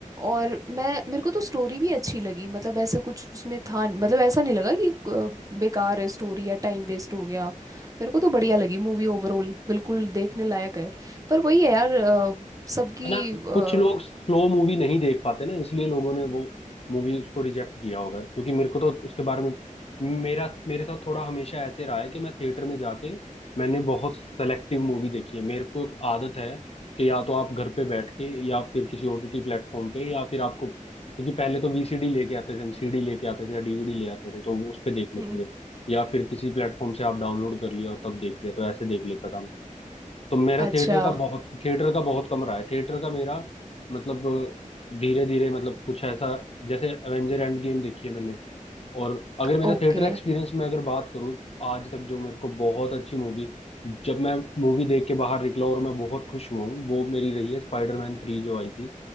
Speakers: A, on the right; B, on the left.
A: और मैं मेरे को तो स्टोरी भी अच्छी लगी मतलब ऐसा कुछ उसमें था न- मतलब ऐसा नहीं लगा कि अ, बेकार है स्टोरी या टाइम वेस्ट हो गया मेरे को तो बढ़िया लगी मूवी ओवरऑल बिल्कुल देखने लायक है पर वही है यार अ, सबकी
B: है ना
A: अ,
B: कुछ लोग स्लो मूवी नहीं देख पाते ना इसलिए लोगों ने वो मूवी उसको रिजेक्ट किया होगा क्योंकि मेरे को तो उसके बारे में मेरा मेरे साथ थोड़ा हमेशा ऐसे रहा है कि मैं थिएटर में जाके मैंने बहुत सेलेक्टिव मूवी देखी है मेरे को एक आदत है कि या तो आप घर पे बैठ के या फिर किसी ओटीटी प्लेटफॉर्म पे या फिर आपको क्योंकि पहले तो वीसीडी लेके आते थे हम सीडी लेके आते थे या डीवीडी ले आते थे तो वो उस पे देख लेते
A: हम्म,
B: थे या फिर किसी प्लेटफॉर्म से आप डाउनलोड कर लिया और तब देख लिया तो ऐसे देख लेता था मैं तो मेरा
A: अच्छा
B: थिएटर का बहुत थिएटर का बहुत कम रहा है थिएटर का मेरा मतलब धीरे धीरे मतलब कुछ ऐसा जैसे एवेंजर एंड गेम देखी है मैंने और अगर मेरा
A: ओके
B: थिएटर एक्सपीरियंस में अगर बात करूँ आज तक जो मेरे को बहुत अच्छी मूवी जब मैं मूवी देख के बाहर निकला और मैं बहुत खुश हुआ हूँ वो मेरी रही है स्पाइडरमैन थ्री जो आई थी